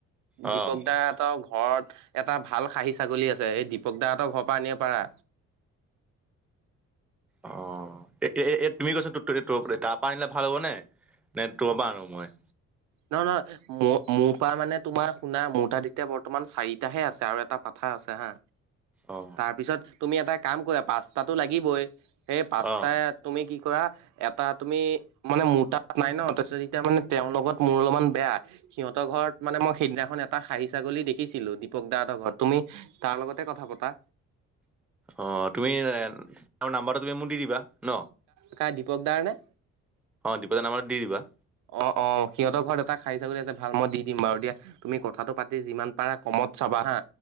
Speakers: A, in the centre; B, on the right (about 75°).
A: অঁ
B: দীপক দা'হতৰ ঘৰত এটা ভাল খাহী ছাগলী আছে। এই দীপক দাহতৰ ঘৰৰ পৰা আনিব পাৰা।
A: অ' এ এ তুমি কৈছা তাৰ পৰা আনিলে ভাল হ'ব নে। নে তোমাৰ পৰা আনো মই।
B: নহ নহয়, ম মোৰ পৰা মানে তোমাৰ শুনা মোৰ তাত এতিয়া বৰ্তমান চাৰিটাহে আছে আৰু এটা পাঠা আছে হা।
A: অঁ
B: তাৰপিছত তুমি এটা কাম কৰা পাচতাটো লাগিবই। সেই পাঁচটাই
A: অঁ
B: তুমি কি কৰা, এটা তুমি মানে মোৰ তাত তাত নাই ন, তাৰপিছত এতিয়া মানে তেওঁৰ লগত মোৰ অলমান বেয়া, সিহঁতৰ ঘৰত মানে মই সেইদিনাখন এটা খাহী ছা গলী দেখিছিলো, দীপক দাহতৰ ঘৰত। তুমি তাৰ লগতে কথা পতা।
A: অ' তুমি তেওঁৰ নাম্বাৰটো তুমি মোক দি দিবা। ন
B: কাৰ দীপক দাৰ নে?
A: দীপক দাৰ নাম্বাৰটো দি দিবা।
B: অ' অ' সিহঁতৰ ঘৰত এটা খাহী ছাগলী আছে, ভাল মই দি দিম বাৰু দিয়া তুমি কথাটো পাতি যিমান পাৰা কমত চা বা হা!